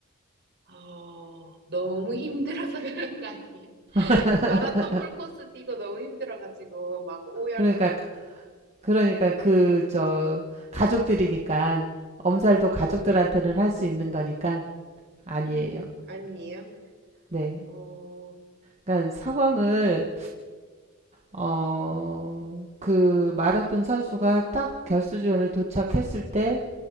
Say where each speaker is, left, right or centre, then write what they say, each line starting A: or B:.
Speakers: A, on the right; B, on the right.
A: 아, 너무 힘들어서 <laughs> 그런 거 아니에요?
B: <laughs>
A: 마라톤 풀코스 뛰고 너무 힘들어가지고 막 오열하고.
B: 그러니까 그러니까 그 저 가족들이니까 엄살도 가족들한테는 할 수 있는 거니까 아니에요.
A: 음, 아니에요.
B: 네.
A: 어,
B: 그러니까 상황을 어 그 마라톤 선수가 딱 결승전에 도착했을 때